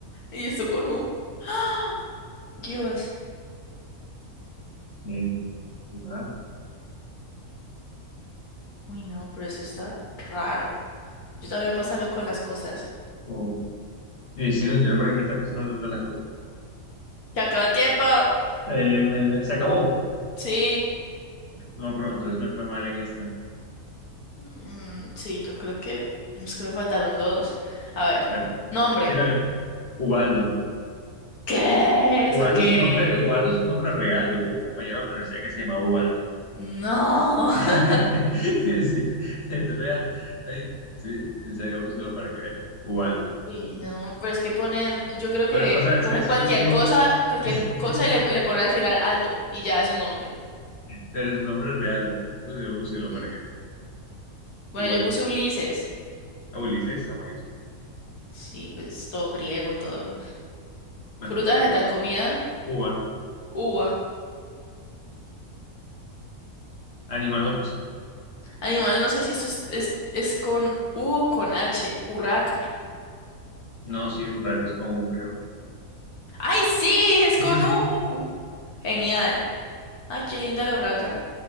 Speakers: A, on the left; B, on the left.
A: ¿Y esto con U? ¡Ah! Dios.
B: Eh, ¿verdad?
A: Uy, no, pero eso está raro. Yo también pasa loco con las cosas.
B: O- y si no entiendo por qué me está costando tanto las cosas.
A: ¡Se acabó el tiempo!
B: Eh, me- se acabó.
A: Sí.
B: No, pero entonces me fue mal en esta.
A: Mm, sí, yo creo que... Es que me faltaron dos. A ver.
B: Bueno,
A: Nombre.
B: mira, bien. Ubaldo.
A: ¿Qué?
B: Ubaldo
A: ¿Eso qué?
B: es un nombre, Ubaldo
A: es?
B: es un nombre real. Yo tuve un compañero en la universidad que se llamaba Ubaldo.
A: No.
B: <laughs>
A: <laughs>
B: Sí, es real. Ay, sí, en serio, búscalo para que veas. Ubaldo.
A: Uy, no, pero es que ponen, yo creo que
B: Pero, o sea, es,
A: cogen
B: es,
A: cualquier
B: es uno-
A: cosa, cualquier
B: <laughs>
A: cosa y le, le ponen al final Aldo y ya es un nombre.
B: pero es un nombre real. güey. Búscalo, búscalo
A: Mm.
B: para que veas.
A: Bueno,
B: Ubaldo.
A: yo puse Ulises.
B: Ah, Ulises, está bonito.
A: Sí, pues todo griego, todo.
B: Bueno,
A: Fruta,
B: con
A: vegetal, comida,
B: uva.
A: uva.
B: Animal no puse.
A: Animal, no sé si esto es, es, es con U o con H. Urraca.
B: No, sí, urraca es común, creo.
A: ¡Ay, sí! Es
B: Sí,
A: con
B: sí, sí.
A: U. Genial. ¡Ay, qué linda la urraca!